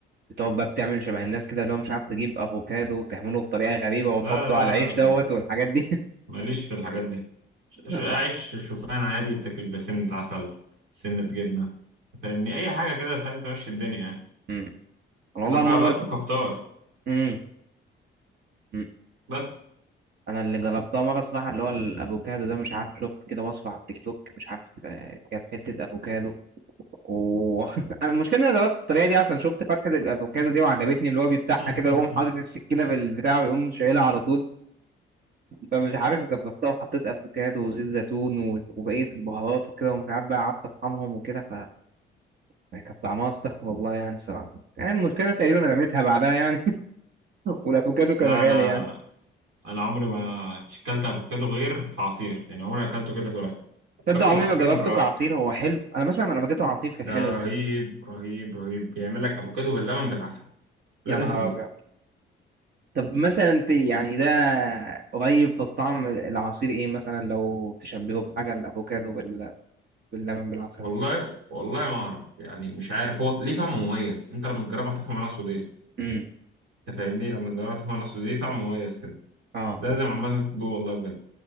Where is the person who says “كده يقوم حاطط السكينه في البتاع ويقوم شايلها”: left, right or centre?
Right